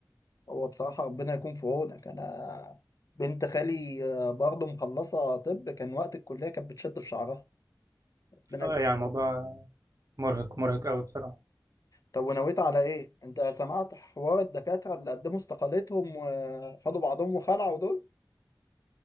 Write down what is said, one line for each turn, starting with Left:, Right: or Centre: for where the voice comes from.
Left: هو بصراحة ربنا يكون في عونك انا بنت خالي آه، برضه مخلصة طب كان وقت الكلية كانت بتشد في شعرها ربنا
Right: آه،
Left: يكون
Right: يعني
Left: في
Right: الموضوع
Left: عونك.
Right: مرهق مرهق أوي بصراحة
Left: طب ونويت على ايه انت سمعت حوار الدكاترة اللي قدموا استقالتهم وخدوا بعضهم وخلعوا دول